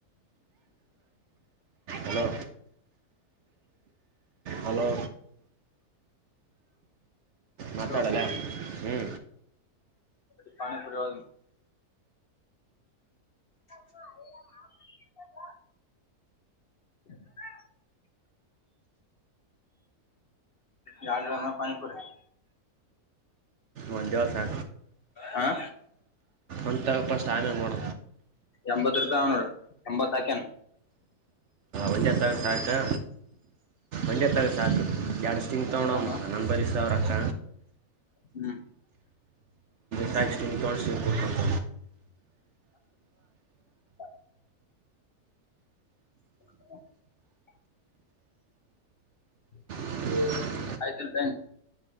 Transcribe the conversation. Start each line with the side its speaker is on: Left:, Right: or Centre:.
Right: ಹಲೋ ಹಲೋ ಮಾತಾಡಲ್ಲ
Left: ಅೋ
Right: ಹ್ಞೂ
Left: ಅಪಾಣ ಪ್ರರವಾದ ಹ <inaudible> ಯಳರನ್ನ ಪಾನಿಪುರ
Right: ಮಂಜ ಸಾ
Left: ಹಾ
Right: ಅಂತ ತಗಪ್ಪಸ್ಟ್ ಆಮ್ಯಾಗ ನೋಡ
Left: ಎಂಬತ್ತು ರೂಪಾಯಿ ಅವನೋಡಿ ಎಂಬತ್ ಹಾಕ್ಯನು
Right: ಒಂದೇ ತಗ ಸಾಕು ಒಂದೇ ತಗ ಸಾಕು ಎಡುಷ್ಟ್ಟಿಂಗ್
Left: ಒಂದೇ
Right: ತಗೊಂಡಮ್ಮ
Left: ತಾನ
Right: ನನ್ನ ಬರಿ ದಾವರಕ್ಕ
Left: ಹ್ಮ
Right: ಸ್ಯಾಕ್ಸ್ ಜ ಸ್ಟಮ್ ಕೊಡ್ತೊತ
Left: ಹ <inaudible> <inaudible>
Right: ಹ್ಮ್
Left: ಆಯ್ತ ಇದ